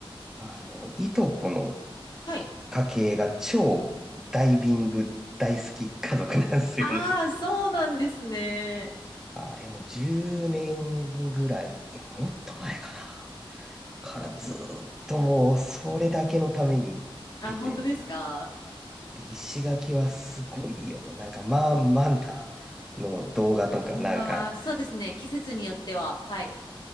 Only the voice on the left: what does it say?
はい。
ああ、
そうなんですね。
あ、本当ですか
ああー、そうですね。季節によっては。はい。